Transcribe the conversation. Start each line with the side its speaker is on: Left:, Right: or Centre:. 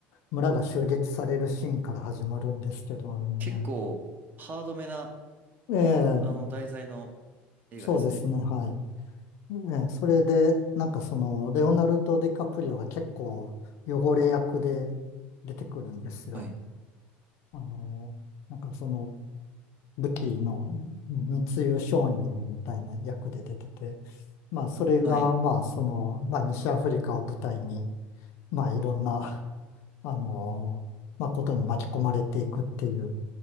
Left: 村が襲撃されるシーンから始まるんですけどね。
Right: 結構、ハードめな、
Left: ええ、
Right: あの、題材の映画ですね。
Left: そうですね、はい。ね、それで、なんかその、レオナルド・ディカプリオが結構汚れ役で出てくるんですよ。
Right: はい。
Left: あの、なんかその、武器の密輸商人みたいな役で出てて、まあそれが、
Right: はい。
Left: まあその、まあ西アフリカを舞台に、まあいろんな、あの、まあことに巻き込まれていくっていう、